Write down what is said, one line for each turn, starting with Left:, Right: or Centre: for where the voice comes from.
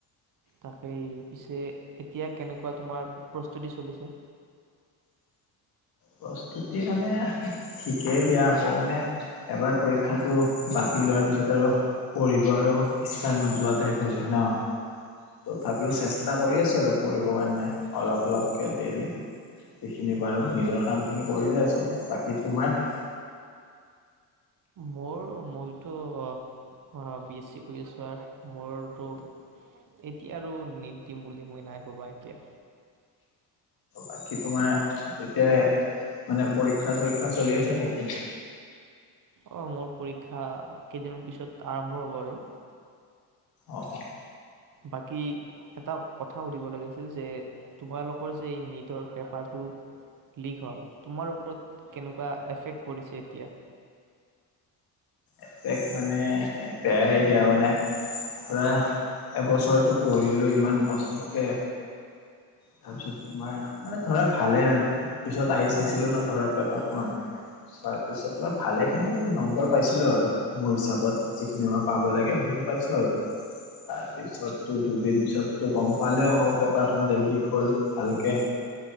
Right: তাকেই পিছে এতিয়া কেনেকুৱা তোমাৰ প্ৰস্তুতি চলিছে?
Left: প্ৰস্তুতি মানে ঠিকেই দিয়া আকৌ মানে এবাৰ পৰীক্ষাটো বাতি হোৱাৰ পিছত আৰু পঢ়িব আৰু ইচ্ছা নোযোৱা টাইপ হৈ যায় ন, তথাপিও চেষ্টা কৰি আছো আৰু পঢ়িব কাৰণে অলপ-অলপকে ডেইলি যিখিনি পাৰো নিজৰ। কামখিনি কৰি যায় আছো, বাকী তোমাৰ?
Right: মোৰ, মইতো বি এছ চি কৰি আছো আৰু মোৰতো এতিয়া আৰু নিদ দিম বুলি মই নাই ভবা এতিয়া।
Left: বাকী তোমাৰ এতিয়া মানে পৰীক্ষা-চৰীক্ষা চলি আছে নেকি?
Right: অ' মোৰ পৰীক্ষা কেইদিনমান পিছত আৰম্ভ হ'ব আৰু।
Left: অহ',
Right: বাকী এটা কথা সুধিব লাগছিল যে, তোমালোকৰ যে এই নীটৰ পেপাৰটো লীক হল। তোমাৰ ওপৰত কেনেকুৱা এফেক্ট পৰিছে এতিয়া?
Left: এফেক্ট মানে বেয়াই দিয়া মানে। ধৰা এবছৰটো পঢ়িলো ইমান কষ্টকে, তাৰ পিছত তোমাৰ মানে ধৰা ভালে, পিছত আহি চাইছিলো ন ঘৰত পেপাৰখন, চাই পিছত তোমাৰ ভালে খিনি নম্বৰ পাইছিলো আৰু। মোৰ হিচাপত যিখিনি মই পাব লাগে, সেইখিনি পাইছো আৰু তাৰপিছততো দুদিন পিছততো গম পালে আকৌ পেপাৰখন যে লীক হল ভালকে,